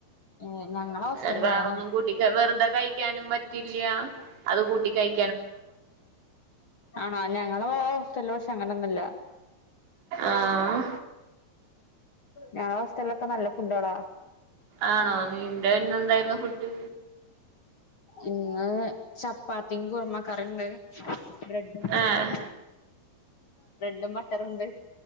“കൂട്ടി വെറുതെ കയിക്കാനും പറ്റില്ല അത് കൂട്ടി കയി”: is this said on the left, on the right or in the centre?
Right